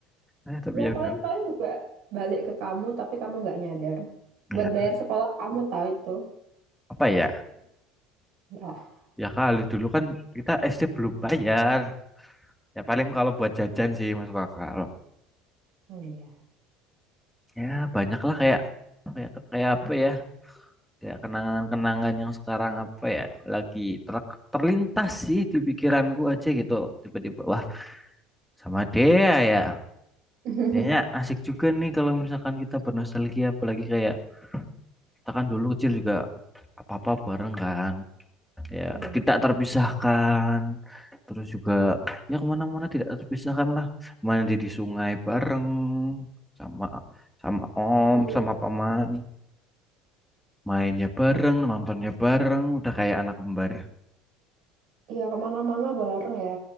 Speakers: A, in the centre; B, on the right.
A: eh, tapi
B: Ya
A: ya
B: paling-paling
A: udah
B: juga balik ke kamu tapi kamu nggak nyadar.
A: Ya,
B: Buat bayar sekolah kamu tahu itu.
A: apa ya
B: Ya.
A: ya kali dulu kan kita SD belum bayar ya paling kalau buat jajan sih masuk akal
B: Oh iya,
A: ya banyak lah kayak kayak kayak apa ya ya kenangan-kenangan yang sekarang apa ya lagi ter- terlintas sih di pikiranku aja gitu tiba-tiba wah sama Dea ya
B: <laughs>
A: kayaknya asik juga nih kalau misalkan kita bernostalgia apalagi kayak kita kan dulu kecil juga apa-apa bareng kan ya
B: iya.
A: tidak terpisahkan terus juga ya kemana-mana tidak terpisahkan lah mandi di sungai bareng sama sama om
B: Iya.
A: sama paman mainnya bareng nontonnya bareng udah kayak anak kembar
B: Iya kemana-mana bareng ya.